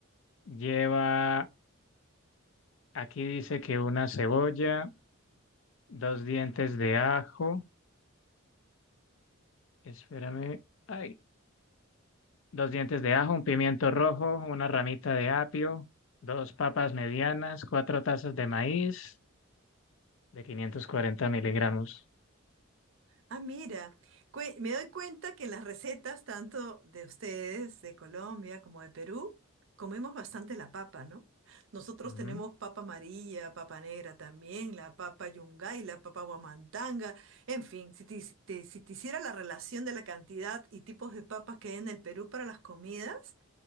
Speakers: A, on the left; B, on the right.
A: lleva, aquí dice que una cebolla dos dientes de ajo, espérame, ay, dos dientes de ajo, un pimiento rojo, una ramita de apio, dos papas medianas, cuatro tazas de maíz de 540 miligramos.
B: Ah, mira, cue- me doy cuenta que en las recetas, tanto de ustedes, de Colombia como de Perú, comemos bastante la papa, ¿no? Nosotros
A: Ujú.
B: tenemos papa amarilla, papa negra también, la papa yungay, la papa guamantanga, en fin, si te, hic- te- si te hiciera la relación de la cantidad y tipos de papas que hay en el Perú para las comidas,